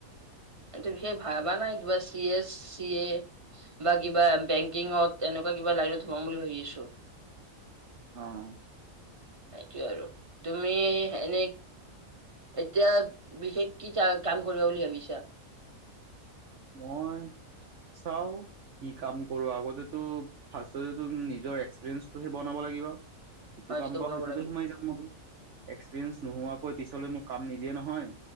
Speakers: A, on the right; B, on the right.
A: সটো বিশেষ ভাবা নাই কিবা চি এছ চি এ বা কিবা বেংকিঙত এনেকুৱা বা কিবা লাইনত সোমাম বুলি ভাবি আছো
B: আহ
A: সেই আৰু তুমি এনে এতিয়া বিশেষ কি কাম কৰিব বুলি ভাবিছা
B: নহয় চাও কি কাম কৰো আগতেতো ফাৰ্ষ নিজৰ এক্সপিৰিয়েন্ঞ্চটোহে বনাব লাগ। লিব যিটো
A: সমাজটো
B: কাম পাওঁ
A: বনাব
B: সেইটোতে
A: লাগিব
B: সোমাই যাম মল। এক্সপিৰিয়েঞ্চ নোহোৱাকৈ পিছলৈ মোক কাম নিদিয়ে নহয়।